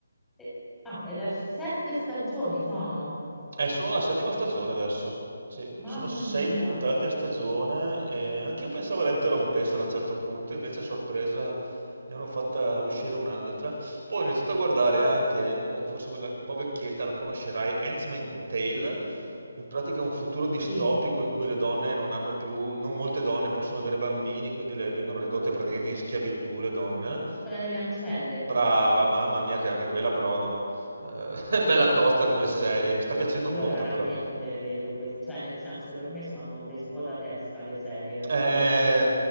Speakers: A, in the centre; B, on the right.
A: E- ah, ed è sette stagioni sono.
B: Eh, sono alla settima stagione adesso. Sì, sono
A: Mamma
B: sei
A: mia,
B: puntate a stagione. E anch'io pensavo la interrompessero a un certo punto, invece a sorpresa ne hanno fatta uscire un'altra. Poi ho iniziato a guardare anche, eh, forse quella un po' vecchietta, la conoscerai, Handmaid's Tale. In pratica è un futuro distopico
A: sì,
B: in cui le donne non hanno più, non molte donne possono avere bambini, quindi le vengono ridotte praticamente in schiavitù le donne.
A: quella delle ancelle.
B: Brava,
A: No,
B: mamma mia, che anche quella però eh, <laughs> bella tosta come serie, mi sta piacendo
A: io
B: molto
A: raramente
B: però.
A: le vedo queste, cioè nel senso per me sono dei svuotatesta le serie, capito?
B: Eh,
A: Devo vedere